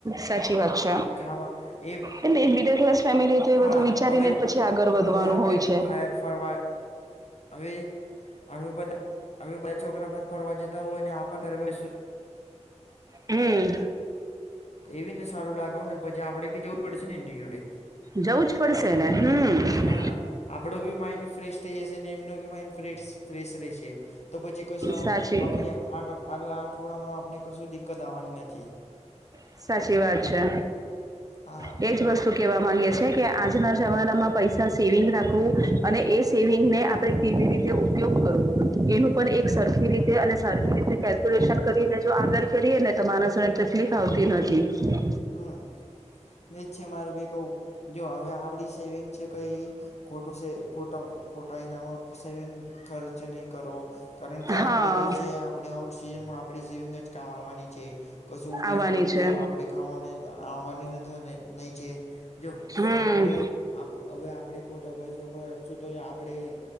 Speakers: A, on the right; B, on the left.
A: સાચી વાત છે
B: ખાવા એ
A: એટલે એક મિડલ ક્લાસ ફેમિલી તો એ
B: હા
A: બધું વિચારીને
B: હવે
A: જ પછી આગળ વધવાનું
B: હવે આપણે
A: હોય છે
B: કઈ બાહેર ફરવા હવે હવે બધા હવે બધા છોકરા બાર ફરવા જતા હોય અને આપણે ઘરે
A: હમ.
B: તો એવી ને સારું લાગાવ ને પછી આપડે બી જવું પડશે ને એમની જોડે
A: જવું જ પડશે ને હમ
B: હા ના આપડો બી માઈન્ડ ફ્રેશ થઈ જશે અને એમનો બી માઇન્ડ ફ્રેશ રહેશે તો પછી કશું
A: સાચી
B: આપણે આગ આગલા અઠવાડિયામાં આપણે કશું દિક્કત આવવાની નથી.
A: સાચી વાત છે.
B: હા
A: એજ વસ્તુ શું કેહેવા માંગીએ છે કે આજના જમાનામાં પૈસા સેવિંગ રાખવું અને એ સેવિંગને આપણે કેવી રીતે ઉપયોગ કરવો એનું પણ એક સરખી રીતે અને સરખી રીતે. કેલ્ક્યુલેશન કરીને જો આગળ કરીએ ને તો માણસ ને તકલીફ આવતી નથી.
B: હમ નીચે મારું બી કહું જો હવે આપડી સેવિંગ છે કઈ ખોટો ખોટા ખોટા ઈનામ સેવિંગ ખર્ચ નહી કરો. કારણ કે આપણે
A: હા
B: જો છે આપણે આઉટ સિઝનમાં આપણી સેવિંગ જ કમાવાની છે. કશું બીજો
A: આવવાની
B: કોઈ
A: છે
B: આપડે વા નહી છે જો
A: હમ
B: હવે આપણે હવે આપણે ખોટો પૈસો ખર્ચશું તો આપણે